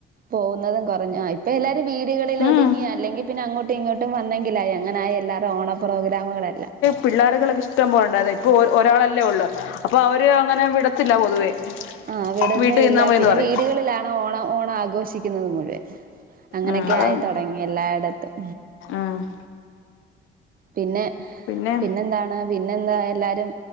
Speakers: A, on the right; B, on the left.
A: പോകുന്നതും കുറഞ്ഞു ഇപ്പൊ എല്ലാരും വീടുകളിൽ
B: ഉം
A: ഒതുങ്ങി അല്ലെങ്കിൽ പിന്നെ അങ്ങോട്ടും ഇങ്ങോട്ടും വന്നെങ്കിലായി അങ്ങനെയായി എല്ലാരുടേം ഓണ പ്രോഗ്രാമുകളെല്ലാം
B: പിള്ളോരുകളൊക്കെ ഇഷ്ടം പോല ഉണ്ടായിരുന്നു ഇപ്പൊ ഒ ഒരാളല്ലേ ഉള്ളു അപ്പൊ അവര് അങ്ങനെ വിടത്തില്ല പൊതുവേ
A: ആഹ വിടന്നേല്ല
B: വീട്ടിൽ നിന്നാ മതിന്ന്
A: പിന്നെ
B: പറയും
A: വീടുകളിലാണ് ഓണം ഓണം ആഘോഷിക്കുന്നത് മുഴുവൻ അങ്ങനൊക്കെ
B: ഉം അതാണ്
A: ആയിത്തൊടങ്ങി എല്ലായിടത്തും
B: ഉം
A: പിന്നെ
B: പിന്നെ
A: പിന്നെന്താണ് എല്ലാരും